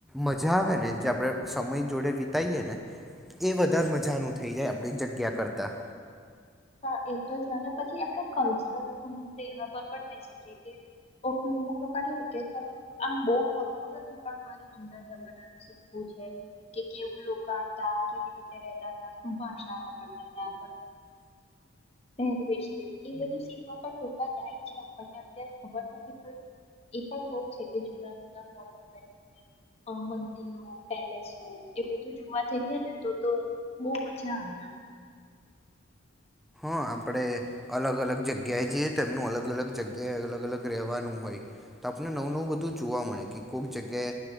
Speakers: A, in the centre; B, on the left (about 30°).
A: મજા આવે ને જે આપણે સમય જોડે વિતાઈએ ને એ વધારે મજાનું થઈ જાય આપણી જગ્યા કરતાં
B: હા એ તો છે અને પછી આપણે કલ્ચરલ ટૂર ને એવા પર પણ જઈ શકીએ કે અમુક લોકોને એવું કે ચલો આમ બહુ ફરવું નથી પણ મારે જુના જમાનાનું શીખવું છે કે કેવું લોકા હતા, કેવી રીતે રેતાતા, શું ભાષા વાપરતાતા. પહેરવેશ કેવું એ બધું શીખવા પણ લોકા જાય છે આપણને અત્યારે ખબર નથી પણ એ પણ બહુ છે કે જૂના જૂના મોન્યુમેન્ટ હોય અ મંદિરો, પેલેસો એ બધું જોવા જઈએ ને તો તો બહુ મજા આવે.
A: હહ આપણે અલગ અલગ જગ્યાએ જઈએ તો એમનું અલગ અલગ જગ્યાએ અલગ અલગ રહેવાનું હોય તો આપને નવું નવું બધું જોવા મળે કે કોક જગ્યાએ